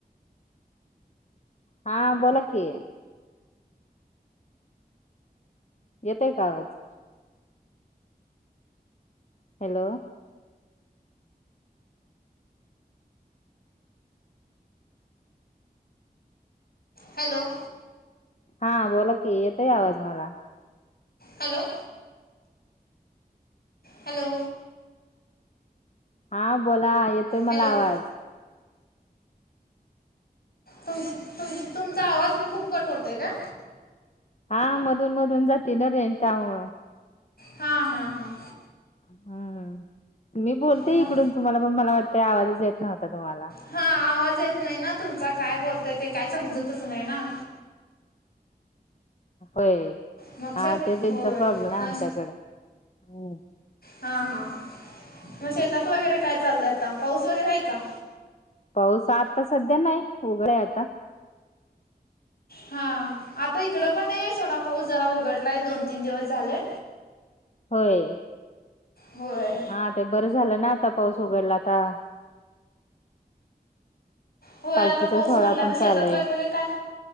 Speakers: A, on the left (about 45°); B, on the left (about 70°).
A: हा, बोला की. येतोय का आवाज. हॅलो.
B: हॅलो.
A: हा बोला की, येतोय आवाज मला.
B: हॅलो. हॅलो.
A: हा बोला येतोय,
B: हॅलो
A: मला आवाज.
B: तुम तुम-तुमचा आवाज खूप कट होते काय?
A: हा मधून मधून जाती ना, रेंज त्यामुळं.
B: हा हा हा..
A: हम्म, मी बोलते
B: मग
A: इकडून तुम्हाला पण, मला वाटत आवाजच येत नव्हता तुम्हांला.
B: हा आवाज येत नाही ना, तुमचा काय बोलताय ते काय समजतच नाही ना.
A: होय,
B: मग
A: हां
B: शेत
A: ते रेंजचा
B: होय
A: प्रॉब्लेम आहे
B: मग
A: आमच्याकडं. हम्म.
B: हा हा, मग शेतात वगैरे काय चाललंय, आता पाऊस वगैरे आहे का?
A: पाऊस आता सध्या नाही, उघडे आता.
B: हा आता इकडं पण नाही आहे, सोडा पाऊस जरा उघडलाय दोन तीन दिवस झाले.
A: होय.
B: होय.
A: हा, ते बरं झालं ना आता पाऊस उगडला आता.
B: होय.
A: पालखीचा
B: आता पाऊस
A: सोहळा
B: उघडला
A: पण
B: मग शेतात
A: चालू आहे.
B: वगैरे, काय,